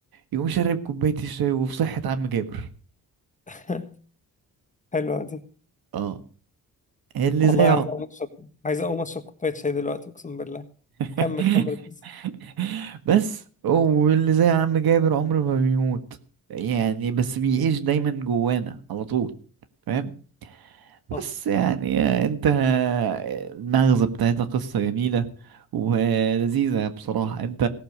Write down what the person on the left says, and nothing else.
<laughs> حلوة دي
والله
عايز اقوم اشرب عايز اقوم اشرب كوباية شاي دلوقتي اقسم بالله
كمل كمل القصة
اه